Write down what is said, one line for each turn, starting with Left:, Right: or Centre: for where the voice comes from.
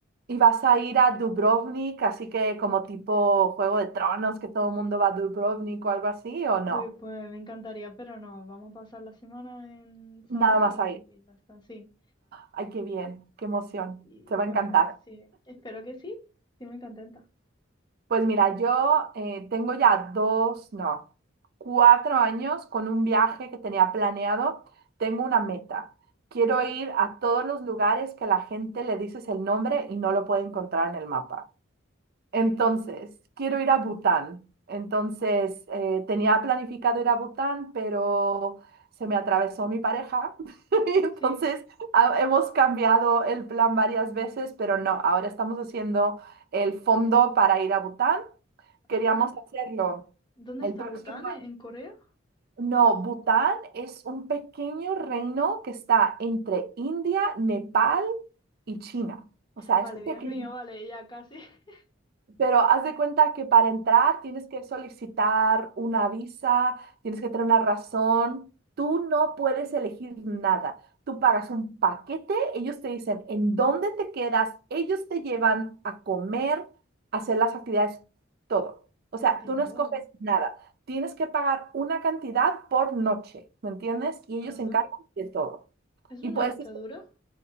Right: Y vas a ir a Dubrovnik, así que como tipo Juego de Tronos, que todo el mundo va a Dubrovnik o algo así, ¿o
Left: Uy,
Right: no?
Left: pues me encantaría, pero no, vamos a pasar la semana en Sadar
Right: Nada más
Left: y,
Right: ahí.
Left: y ya está, sí.
Right: Ay, qué bien, qué emoción.
Left: Y
Right: Te va
Left: la
Right: a encantar.
Left: verdad que sí. Espero que sí. Sí, muy contenta.
Right: Pues mira, yo eh, tengo ya dos, no, cuatro años con un viaje que tenía planeado. Tengo una meta. Quiero ir a todos los lugares que la gente le dices el nombre y no lo puede encontrar en el mapa. Entonces, quiero ir a Bután. Entonces, eh, tenía planificado ir a Bután, pero se me atravesó mi pareja. <laughs> Y entonces,
Left: Sí.
Right: ha- hemos cambiado el plan varias veces, pero no, ahora estamos haciendo el fondo para ir a Bután. Queríamos
Left: Ah,
Right: hacerlo
Left: ¿dónde
Right: el
Left: está
Right: próximo
Left: Bután? ¿En en Corea?
Right: No, Bután es un pequeño reino que está entre India, Nepal y China. O sea,
Left: Vale,
Right: es
Left: Dios
Right: pequeño.
Left: mío, vale, ya casi. <laughs>
Right: Pero haz de cuenta que para entrar tienes que solicitar una visa, tienes que tener una razón. Tú no puedes elegir nada. Tú pagas un paquete, ellos te dicen en dónde te quedas, ellos te llevan a comer, a hacer las actividades, todo. O sea,
Left: Dios.
Right: tú no escoges nada. Tienes que pagar una cantidad por noche, ¿me entiendes? Y
Left: Ajá.
Right: ellos se encargan de todo.
Left: ¿Es
Right: Y
Left: una
Right: puedes
Left: dictadura?